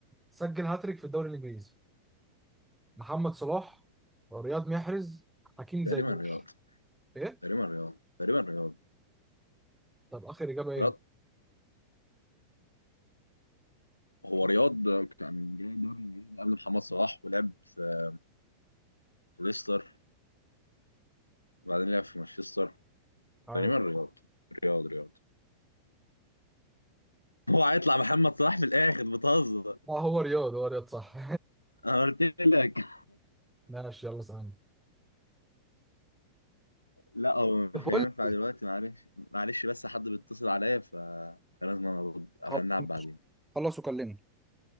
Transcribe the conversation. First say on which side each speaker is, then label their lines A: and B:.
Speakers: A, in the centre; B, on the left.
A: سجل هاتريك في الدوري الإنجليزي؟ محمد صلاح رياض محرز حكيم
B: تقريبا
A: زياش
B: رياض
A: إيه؟
B: تقريبا رياض تقريبا رياض
A: طب آخر إجابة إيه؟
B: رياض هو رياض كان جاي دوري الانجليزي قبل محمد صلاح ولعب في ليستر وبعدين لعب في مانشستر
A: عارف.
B: تقريبا رياض رياض رياض هو هيطلع محمد صلاح في الاخر بتهزر
A: اه هو رياض هو رياض صح
B: انا قلت لك <laughs>
A: <laughs> ماشي يلا اسألني
B: لا هو مش
A: طب بقول
B: هينفع
A: لك إيه،
B: دلوقتي معلش معلش بس حد بيتصل عليا ف... فلازم أنا ارد
A: خل-
B: هنلعب بعدين
A: خلص وكلمني